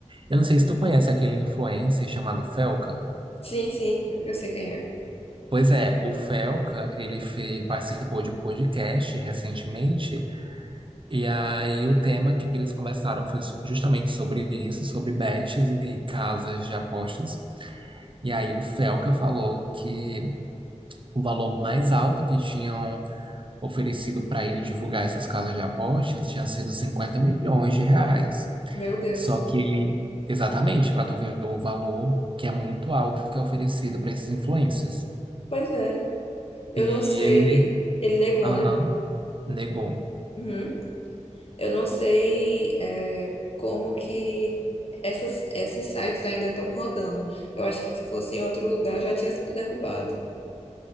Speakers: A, on the right (about 45°); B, on the left (about 50°).
A: Eu não sei se tu conhece aquele influencer chamado Felca.
B: Sim, sim, eu sei quem é.
A: Pois é, o Felca, ele fez, participou de um podcast recentemente, e aí o tema que eles conversaram foi su- justamente sobre isso, sobre bets e casas de apostas. E aí o Felca falou que o valor mais alto que tinham oferecido para ele divulgar essas casas de apostas tinha sido 50 milhões de reais.
B: Meu Deus.
A: Só que ele, exatamente, para tu ver o valor que é muito alto que é oferecido para esses influencers.
B: Pois é. Eu
A: E
B: não sei.
A: ele ne-
B: Ele negou,
A: aham,
B: né?
A: negou.
B: Uhum. Eu não sei, é, como que essas, esses sites ainda estão rodando. Eu acho que se fosse em outro lugar já tinha sido derrubado.